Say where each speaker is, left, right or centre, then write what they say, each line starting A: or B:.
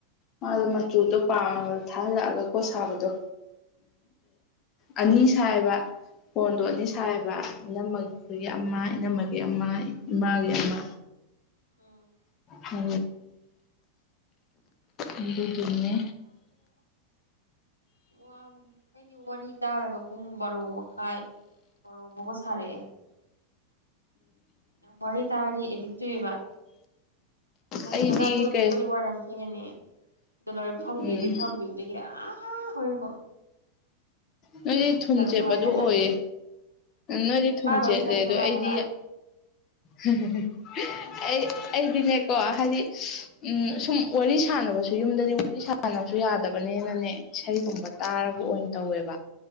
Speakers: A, on the left; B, on the left.
A: ꯃꯥꯗꯣ ꯃꯆꯨꯗꯨ ꯄꯥꯝ ꯊꯥꯍꯜꯂꯛꯑꯒꯀꯣ ꯁꯥꯕꯗꯣ ꯑꯅꯤ ꯁꯥꯏꯌꯦꯕ ꯀꯣꯟꯗꯣ ꯑꯅꯤ ꯁꯥꯏꯌꯦꯕ ꯏꯅꯝꯃ ꯑꯩꯈꯣꯏꯒꯤ ꯑꯃ ꯏꯅꯝꯃꯥꯒꯤ ꯑꯃ ꯏꯃꯥꯒꯤ ꯑꯃ
B: ꯎꯝ <inaudible>
A: <unintelligible> ꯑꯗꯨ ꯗꯨꯅꯦ
B: ꯋꯥꯕ ꯑꯩꯗꯤ ꯋꯥꯔꯤ ꯇꯥꯔꯒ ꯄꯨꯡ ꯕꯥꯔꯣ ꯃꯈꯥꯏ ꯕꯥꯔꯣ ꯐꯥꯎꯕ ꯁꯥꯔꯛꯑꯦ ꯋꯥꯔꯤ ꯇꯥꯔꯗꯤ ꯑꯦꯗꯤꯛ ꯆꯨꯏꯌꯦꯕ
A: ꯑꯩꯗꯤ
B: ꯆꯥꯛꯆ ꯇꯣꯛꯑꯅꯤ
A: ꯀꯩ
B: ꯀꯣꯜꯂꯤꯛ ꯋꯥꯏꯔꯝ ꯐꯦꯡꯂꯅꯤ ꯑꯗꯨ ꯂꯣꯏꯔ ꯐꯝꯈꯤꯕꯗꯩꯩ
A: ꯎꯝ
B: ꯐꯝꯈꯤꯕꯗꯒꯤ ꯑ ꯍꯣꯔꯦꯟ ꯐꯥꯎ
A: ꯅꯣꯏꯗꯤ ꯊꯨꯟ ꯆꯦꯠꯄꯗꯨ
B: ꯅꯨꯡꯉꯥꯏꯒ꯭ꯔꯖꯥꯠꯅꯤ
A: ꯑꯣꯏꯌꯦ ꯅꯣꯏꯗꯤ
B: ꯅꯨꯄꯥꯒ
A: ꯊꯨꯟ
B: ꯋꯥꯔꯤ
A: ꯆꯦꯠꯂꯦ
B: ꯁꯥꯟꯅꯕꯁꯦ
A: ꯑꯗꯣ
B: ꯅꯨꯡꯉꯥꯏ
A: ꯑꯩꯗꯤ
B: ꯍꯥꯏꯕ
A: <unintelligible> ꯑꯩ ꯑꯩꯗꯤꯅꯦꯀꯣ ꯍꯥꯏꯗꯤ ꯎꯝ ꯁꯨꯝ ꯋꯥꯔꯤ ꯁꯥꯟꯅꯕꯁꯨ ꯌꯨꯝꯗꯗꯤ ꯋꯥꯔꯤ ꯁꯥꯟꯅꯕꯁꯨ ꯌꯥꯗꯕꯅꯤꯅꯅꯦ ꯏꯁꯩꯒꯨꯝꯕ
B: ꯎꯝ
A: ꯇꯥꯔꯕ ꯑꯣꯏꯅ ꯇꯧꯋꯦꯕ